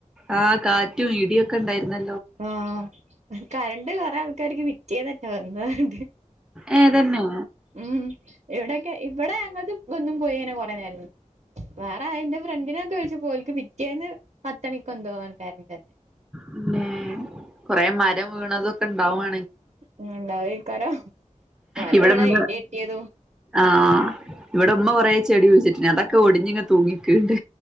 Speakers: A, in the centre; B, on the right.
A: ആഹ് കാറ്റും ഇടിയൊ ക്കെ ഇണ്ടായിരുന്ന
B: ആഹ് കറണ്ട് കൊറെ ആൾക്കാർക്ക് പിറ്റേന്നറ്റാ വന്നതണ്ട്.
A: ഏഹ് തന്നോ?
B: ഉം ഇവിടെക്കെ ഇവിടെ ഞങ്ങൾത് വന്നും പോയി ഇങ്ങനെ കുറെ നേരം നിന്ന്. വേറെ എന്റെ ഫ്രണ്ടിനെ ഒക്കെ വിളിച്ചപ്പോ ഓൽക്ക് പിറ്റേന്ന് പത്ത് മണിക്ക് എന്തോ ആണ് കരണ്ട് വന്നേ.
A: പിന്നെ കൊറെ മരം വീണതൊക്കെ ഉണ്ടാവാ
B: ഉം ഇണ്ടാവും ആയിക്കാരോ മരം
A: ഇവിടെമ്മ
B: വീണതും ഇടി വെട്ടിയതും
A: ആഹ് ഇവിടെ ഉമ്മ കൊറേ ചെടി കുയിച്ചിട്ടിന് അതൊക്കെ ഒടിഞ്ഞിങ്ങ് തൂങ്ങി നിക്ക്ണ്ട്.